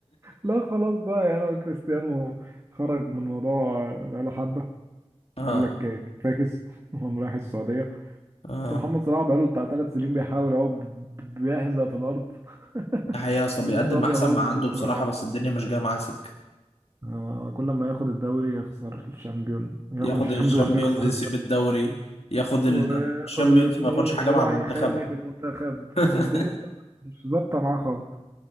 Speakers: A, on the right (about 25°); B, on the left (about 65°).
A: لا خلاص بقى يعني هو كريستيانو خرج من الموضوع بقاله حبة
B: <laughs> اه
A: قال لك فاكس <laughs> وقام رايح السعودية
B: اه
A: بس محمد صلاح بقاله بتاع ثلاث سنين بيحاول اهو ب- ب- بيحزق في الأرض <laughs>
B: ده حقيقة يا اسطى بيقدم
A: مش راضية
B: احسن
A: برضه
B: ما عنده
A: تثمر
B: بصراحة
A: معاه
B: بس الدنيا مش جاية معاه سكة
A: آه، كل ما ياخد الدوري يخسر الشامبيون ياخد
B: ياخد
A: الشامبيون
B: الشامبيونز
A: <laughs> يخسر
B: يسيب
A: الدوري
B: الدوري ياخد الدوري
A: وياخد
B: الشامبيونز
A: الاتنين
B: ما ياخدش حاجة
A: يروح
B: مع المنتخب
A: يخري في المنتخب
B: <laughs>
A: آه، الدنيا مش ظابطة معاه خالص